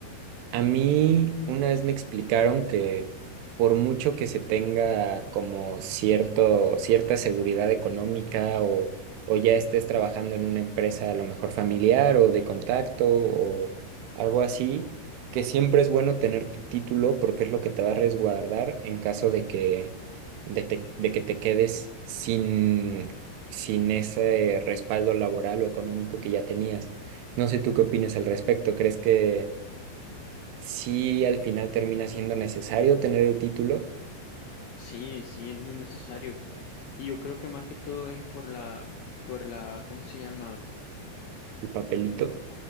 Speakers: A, on the right; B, on the left.
A: A mí
B: Ujú.
A: una vez me explicaron que por mucho que se tenga como cierto, cierta seguridad económica o, o ya estés trabajando en una empresa a lo mejor familiar o de contacto o algo así, que siempre es bueno tener tu título porque es lo que te va a resguardar en caso de que, de te- de que te quedes sin, sin ese respaldo laboral o económico que ya tenías. No sé tú qué opinas al respecto. ¿Crees que Sí, al final termina siendo necesario tener el título,
B: Sí, sí, es muy necesario. Y yo creo que más que todo es por la, por la, ¿cómo se llama?
A: el papelito.